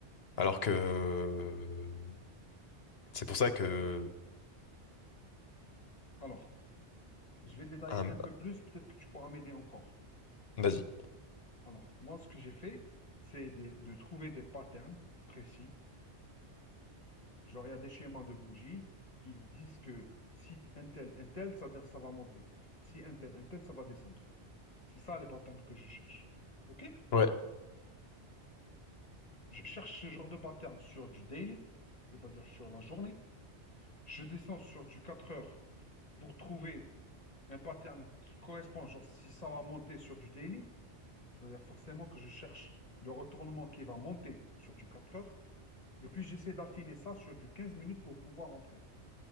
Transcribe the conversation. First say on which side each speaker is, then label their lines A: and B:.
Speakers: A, on the left (about 65°); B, on the left (about 35°).
A: Alors que euh, c'est pour ça que
B: Alors, je vais détailler
A: un-
B: un peu plus, peut-être que tu pourras m'aider encore.
A: vas-y.
B: Alors, moi, ce que j'ai fait, c'est de, de trouver des patterns précis Genre, il y a des schémas de bougies qui disent que si un tel, un tel, ça veut dire que ça va monter. Si un tel, un tel, ça va descendre. C'est ça les patterns que je cherche. OK?
A: Ouais,
B: Je cherche ce genre de pattern sur du daily, c'est-à-dire sur la journée. Je descends sur du 4 heures pour trouver un pattern qui correspond. Genre, si ça va monter sur du daily, c'est-à-dire forcément que je cherche le retournement qui va monter sur du 4 heures. Et puis, j'essaie d'affiner ça sur du 15 minutes pour pouvoir entrer.